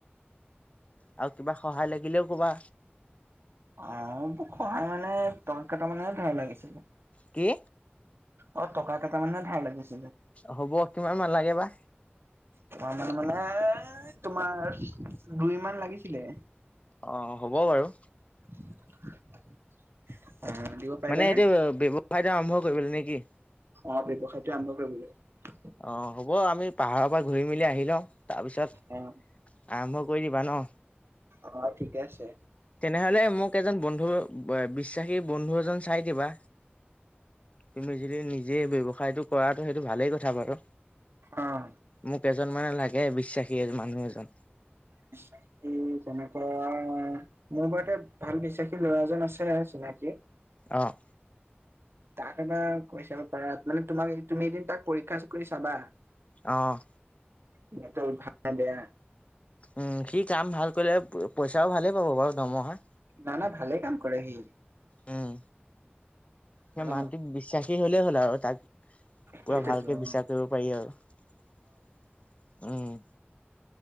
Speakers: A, on the left; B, on the right.
A: আৰু কিবা সহায় লাগিলেও কবা
B: অ', সহায় মানে টকা কেইটাামানে ধাৰ লাগিছিলে।
A: কি
B: অ', টকা কেইট মানে ধ ভাৰ লাগিছে।
A: হ'ব কিমান মান লাগে বা
B: তোমাৰ মানে মানে তোমাৰ দুই মান লাগিছিলে।
A: অ হ'ব বাৰু
B: <inaudible> পাৰিবানে?
A: মানে এইটো ব্যৱসায়টো আৰম্ভ কৰিব নেকি
B: অ', ব্যৱসায়টো আৰম্ভ কৰিবাগ
A: অ', হ'ব আমি পাহাৰৰ পৰা ঘূৰি মেলি আহি লওঁ। তাৰপিছত
B: অ'
A: আৰম্ভ কৰি দিবা ন?
B: অ' ঠিকে আছে।
A: তেনেহলে মোক এজন বন্ধু বিশ্বাসী বন্ধু এজন চাই দিবা। তুমি যদি নিজে ব্যৱসায়টো কৰা। সেইটো ভালেই কথা বাৰু,
B: অ'
A: মোক এজন মানে লাগে। বিশ্বাসী এ মানুহ এজন।
B: বিশ্বাসী তেনেকুৱা, মোৰ বাৰুতে ভাল বিশ্বাসী ল'ৰা এজন আছে। তাকে,
A: অ',
B: তাক এবাৰ কৈ চাব পাৰা। মানে তোমাক তুমি এদিন তাক পৰীক্ষা কৰি চাবা।
A: অ',
B: সিহঁতৰ ভাত তা দিয়া।
A: উম' সি কাম ভাল কৰিলে পইচাও ভালেই পাব বাৰু দৰমহা।
B: না না ভালে কাম কৰে সি,
A: উম। সেই
B: মানে
A: মানহটোক বিশ্বাসী হলেই হ'ল। আৰু তাক,
B: সেইটোতো
A: পুৰা ভালকে
B: অ
A: বিশ্বাস কৰিব পাৰি। আৰু উম'